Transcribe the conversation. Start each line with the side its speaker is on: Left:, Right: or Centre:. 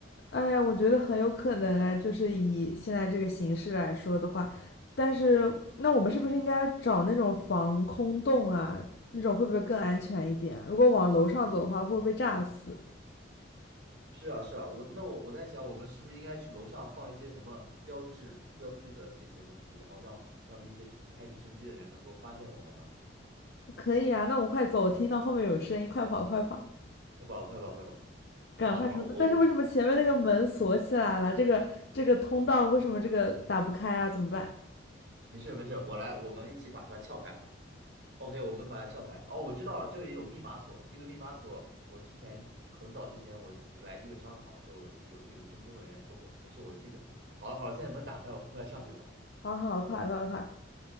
Left: 哎呀，我觉得很有可能啊，就是以现在这个形式来说的话，但是那我们是不是应该找那种防空洞啊？那种会不会更安全一点啊如果往楼上走的话，会不会被炸死？
Right: 是啊，是啊，我那我我在想，我们是不是应该去楼上放一些什么标志、标志的这些东西，然后让让这些开直升机的人能够发现我们呢？
Left: 可以啊，那我们快走，我听到后面有声音，快跑快跑，
Right: 快跑，快跑，快跑！
Left: 赶快冲刺！
Right: 好好，我
Left: 但是为什么前面那个门锁起来了？这个这个通道为什么这个打不开啊？怎么办？
Right: 没事没事，我来，我们一起把它撬开。OK，我们把它撬开。哦，我知道了，这里有密码锁。这个密码锁，我之前很早之前我来这个商场的时候有有听工作人员说过，没事，我记着。好了好了，现在门打开，我们快上去吧。
Left: 好好，快快快！